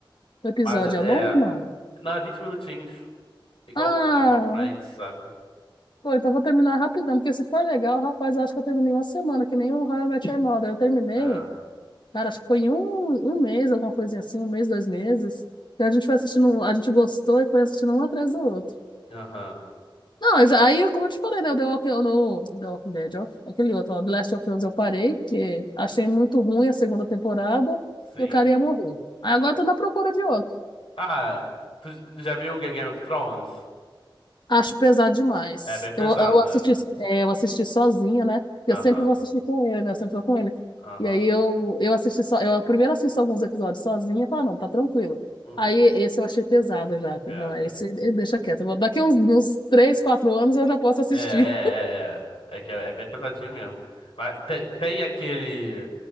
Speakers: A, on the left (about 60°); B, on the left (about 80°).
A: o episódio
B: Mas é.
A: é longo, não?
B: Não, é 20 minutinhos. Igual,
A: Ah,
B: igual Friends, sabe?
A: Pô, então vou terminar rapidão, porque se for legal, rapaz, eu acho que eu terminei uma semana, que nem o How I Met Your Mother. Eu terminei,
B: É.
A: cara, acho que foi em um, um mês, alguma coisinha assim, um mês, dois meses. E a gente foi assistindo, um, a gente gostou e foi assistindo um atrás do outro.
B: Aham.
A: Não, eu
B: É,
A: já, aí, como eu te falei, né, o The Walking, no, The Walking Dead, ó, aquele outro, ó, The Last of Us, eu parei, porque achei muito ruim a segunda temporada
B: Sim.
A: e o cara ia morrer. Aí Agora eu tô na procura de outro.
B: Ah, tu já viu Ga- Game of Thrones?
A: Acho pesado demais.
B: É bem pesada.
A: Eu, eu assisti, é, eu assisti sozinha, né? Eu
B: Aham.
A: sempre vou assistir com ele, né? Eu sempre vou com ele.
B: Aham.
A: E aí eu, eu assisti só, eu primeiro assisto alguns episódios sozinha e falo, "Ah, não, tá tranquilo.
B: Uhum.
A: Aí esse eu achei pesado já. Falei,
B: É.
A: Não, é esse eh, deixa quieto. Eu vou- Daqui uns, uns 3 4 anos eu já posso assistir.
B: É, é, é,
A: <laughs>
B: é. É que é, é bem pesadinho mesmo. Mas tem, tem aquele